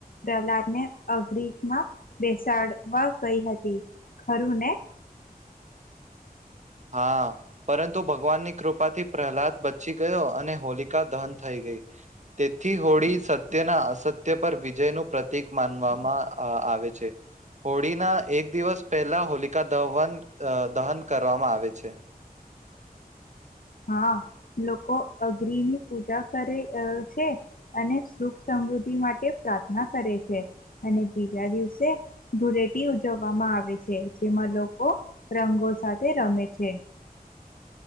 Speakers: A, on the left; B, on the right.
A: પ્રહલાદ ને અગનિ માં બેસાડવા ગઈ હતી, ખરુને.
B: હા, પરંતુ ભગવાનની કૃપાથી પ્રહલાદ બચી ગયો અને હોલિકા દહન થઈ ગઈ, તેથી હોળી સત્યના અસત્ય પર વિજયનું પ્રતિક માનવામાં આવે છે, હોળીના એક દિવસ પહેલા હોલિકા દહન દહન કરવામાં આવે છે.
A: હા, લોકો અગનીની પૂજા કરે છે, અને સુખ સમૃદ્ધિ માટે પ્રાર્થના કરે છે. અને બીજા દિવસે, ધુળટી ઉજવવામાં આવે છે જેમાં લોકો રંગો સાથે રમે છે.